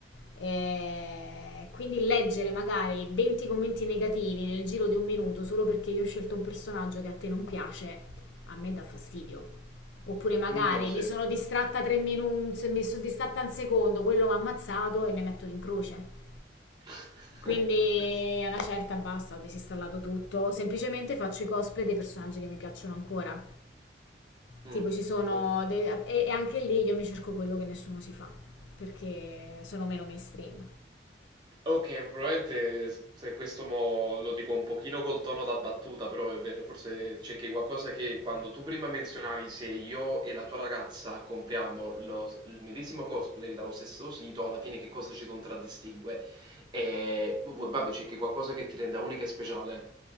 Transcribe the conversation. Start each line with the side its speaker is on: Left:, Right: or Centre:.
Left: E quindi leggere magari 20 commenti negativi nel giro di un minuto solo perché io ho scelto un personaggio che a te non piace, a me dà fastidio. Oppure magari
Right: Mm, No, sì.
Left: mi sono distratta tre minuti, mi sono distratta un secondo, quello mi ha ammazzato e mi mettono in croce.
Right: <laughs>
Left: Quindi a una certa basta, ho disinstallato tutto, semplicemente faccio i cosplay dei personaggi che mi piacciono ancora.
Right: Mm,
Left: Tipo ci sono
Right: ok.
Left: de- e, e anche lì io mi cerco quello che nessuno si fa, perché sono meno mainstream.
Right: Ok, probabilmente se se questo mo lo dico un pochino col tono da battuta, però è vero, forse c'è che qualcosa che quando tu prima menzionavi se io e la tua ragazza compriamo lo- il medesimo cosplay dallo stesso sito, alla fine che cosa ci contraddistingue? E v- vabbè, c'è che qualcosa che ti renda unica e speciale.